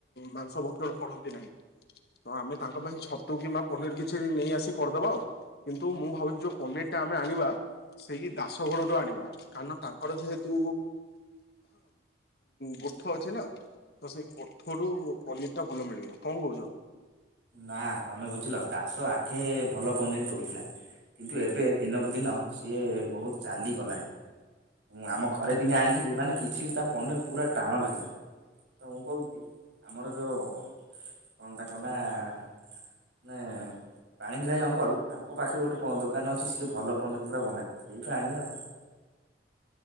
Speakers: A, on the left (about 60°); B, on the right (about 85°).
A: ମାଂସ ଭକ୍ଷଣ କରନ୍ତି ନାହିଁ ତ ଆମେ ତାଙ୍କ ପାଇଁ ଛତୁ କିମ୍ବା ପନିର କିଛି ନେଇ ଆସି କରିଦବା ଆଉ କିନ୍ତୁ ମୁଁ ଭାବୁଛି ଯୋଉ ପନିର ଟା ଆମେ ଆଣିବା ସେଇ ଦାସ ଠୁ ଆଣିବା କାରଣ ତାଙ୍କର ଯେହେତୁ ଗୋଠ ଅଛି ନା ତ ସେଇ ଗୋଠ ରୁ ପନିର ଟା ଭଲ ମିଳିବ କଣ କହୁଛ?
B: ନା ତମେ ବୁଝିଲ ଦାସ ଆଗେ ଭଲ ପନିର ଦଉଥିଲା କିନ୍ତୁ ଏବେ ଦିନକୁ ଦିନ ସିଏ ବହୁତ ଚାଲି କଲାଣି ମୁଁ ଆମ ଘରେ ଦିନେ ଆଣିଥିଲି ମାନେ କିଛି ବି ତା ପନିର ପୁରା ଟାଣ ଲାଗିଲା ତ ମୁଁ କହୁଛି ଆମର ଯୋଉ କଣ ତାଙ୍କ ନା ମାନେ ପାଣିଗ୍ରାହୀ ଅଙ୍କଲ ତାଙ୍କ ପାଖରେ ଗୋଟେ ଦୋକାନ ଅଛି ସିଏ ଭଲ ପନିର ପୁରା ବନାନ୍ତି ସେଇଠୁ ଆଣିବା ଆଉ।